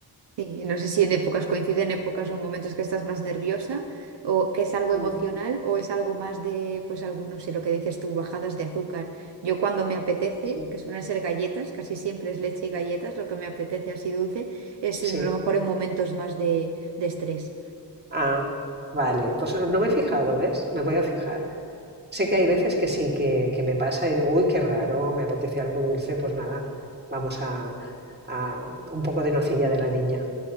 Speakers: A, on the right; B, on the right.
A: Sí, no sé si en épocas coinciden épocas o momentos que estás más nerviosa o que es algo
B: Mm,
A: emocional o es algo más de, pues algún, no sé, lo que dices tú, bajadas de azúcar. Yo cuando me apetece,
B: sí,
A: que suelen ser galletas, casi siempre es leche y galletas, lo que me apetece así dulce, es
B: sí.
A: a lo mejor en momentos más de, de estrés.
B: Ah, vale. Pues no me he fijado, ¿ves? Me voy a fijar. Sé que hay veces que sí, que, que me pasa y digo, uy, qué raro, me apetece algo dulce, pues nada, vamos a, a un poco de nocilla de la niña.